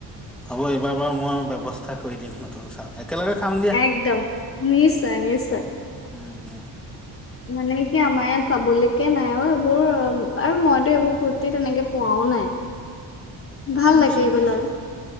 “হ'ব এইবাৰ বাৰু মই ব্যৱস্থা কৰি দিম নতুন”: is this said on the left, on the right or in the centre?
Centre